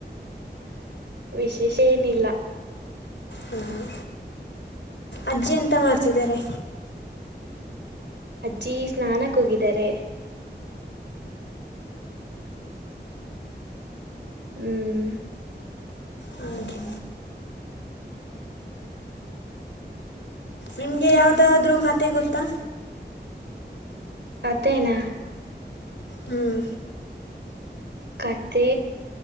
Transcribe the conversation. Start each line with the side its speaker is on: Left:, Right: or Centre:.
Right: ವಿಶೇಷ ಏನಿಲ್ಲ
Left: ಹ್ಮ್ ಅಜ್ಜಿ ಎಂತ ಮಾಡ್ತಿದ್ದಾರೆ
Right: ಅಜ್ಜಿ ಸ್ನಾನಕ್ಕೋಗಿದ್ದಾರೆ ಹ್ಮ್
Left: ಹಾಗೆ ನಿಮಗೆ ಯಾವುದಾದ್ರೂ ಖಾತೆ ಗೊತ್ತಾ
Right: ತೆನಾ
Left: ಹ್ಮ್
Right: ಖತೆ